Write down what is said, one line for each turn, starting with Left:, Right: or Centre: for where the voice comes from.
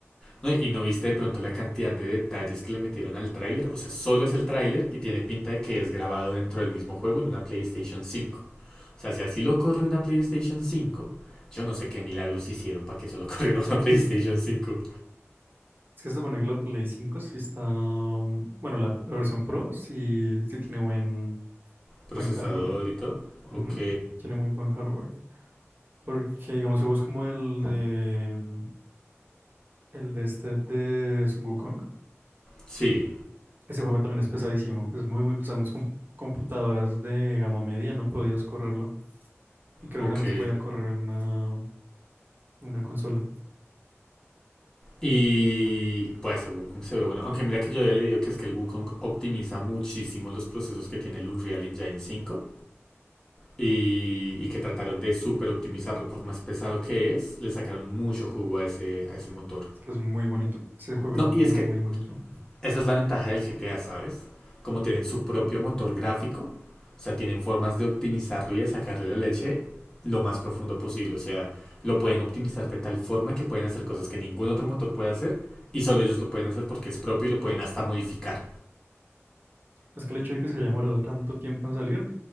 Left: No, y no viste de pronto la cantidad de detalles que le metieron al tráiler. O sea, solo es el tráiler y tiene pinta de que es grabado dentro del mismo juego en una PlayStation 5. O sea, si así lo corre una PlayStation 5, yo no sé qué milagros hicieron para que solo <laughs> corriera una PlayStation 5.
Right: Es que se supone que la Play cinco sí está, bueno, la, la versión Pro sí, sí tiene buen,
Left: Procesador
Right: buen hardware.
Left: y todo.
Right: Ujú,
Left: Ok.
Right: Tiene muy buen hardware. Porque, digamos, juegos como el de, mm, el de este de Son Wukong,
Left: Sí.
Right: ese juego también es pesadísimo. Es muy, muy pesado. Muchas com- computadoras de gama media no podías correrlo. Y creo
Left: Ok.
Right: que también se podía correr en una, en una consola.
Left: Y bueno ese Wukong se ve bueno. Aunque mira que yo había leído que es que el Wukong optimiza muchísimo los procesos que tiene el Unreal Engine 5. y, y que trataron de super optimizarlo por más pesado que es, le sacaron mucho jugo a ese, a ese motor.
Right: Es que es muy bonito. Ese juego
Left: No,
Right: es muy,
Left: y es que
Right: muy bonito.
Left: esa es la ventaja del GTA, ¿sabes? Como tienen su propio motor gráfico, o sea, tienen formas de optimizarlo y de sacarle la leche lo más profundo posible, o sea, lo pueden optimizar de tal forma que pueden hacer cosas que ningún otro motor puede hacer y solo ellos lo pueden hacer porque es propio y lo pueden hasta modificar
Right: Es que el hecho de que se haya demorado tanto tiempo en salir,